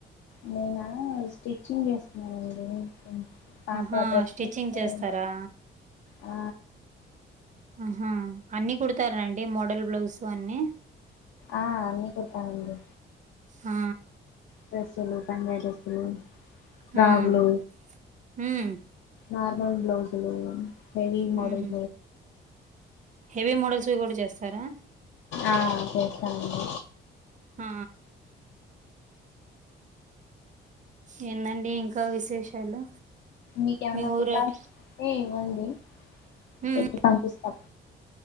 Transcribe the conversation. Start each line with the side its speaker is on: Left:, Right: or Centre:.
Left: నేన స్టిచ్చింగ్ చేస్తున్నానండి పాప
Right: ఆహా
Left: డ్రెస్సులు
Right: స్టిచ్చింగ్
Left: కుట్టారంట
Right: చేస్తారా
Left: ఆ
Right: ఆహా అన్ని కుదుతరండి మోడల్ బ్లౌజు అన్ని
Left: ఆ అన్ని కొడుతా అండి
Right: ఆ
Left: డ్రెస్సులు పంజాబ్ డ్రెస్సులు ఫ్రాగులు
Right: హ్మ్. హ్మ్.
Left: నార్మల్ బ్లౌస్లు హెవీ
Right: హ్మ్.
Left: మోడల్
Right: హెవీ మోడల్స్ కూడా చేస్తారా
Left: ఆ చేస్తానండి
Right: ఆ ఏందండి ఇంకా విశేషాలు
Left: మీకేమన్నా
Right: మీ ఊరు
Left: కుట్టాల్సినవి
Right: ఎట్
Left: ఉంటే ఇవ్వండి
Right: హ్మ్.
Left: కుట్టి పంపిస్తాం